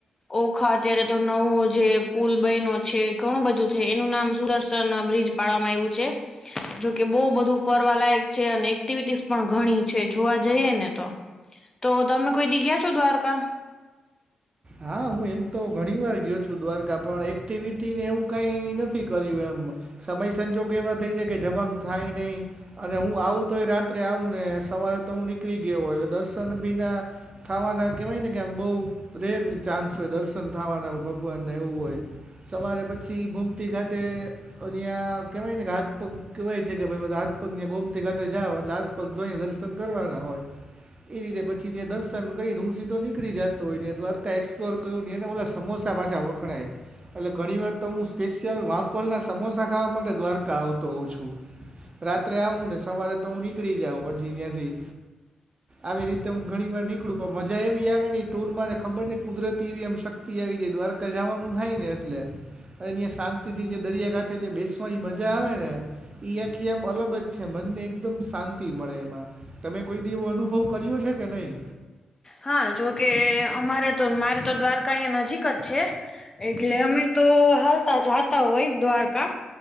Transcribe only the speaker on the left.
ઓખા અત્યારે તો નવો જે પુલ બયનો છે. ઘણું બધું છે એનું નામ સુદર્શન બ્રિજ પાડવામાં આવ્યું છે. જોકે બહુ બધું ફરવા લાયક છે અને એક્ટિવિટીસ પણ ઘણી છે જોવા જઈએ ને તો. તો તમે કોઈ દી ગયા છો દ્વારકા?
હા જોકે અમારે તો મારે તો દ્વારકા અહીંયા નજીક જ છે. એટલે અમે તો હાલતા જાતા હોય દ્વારકા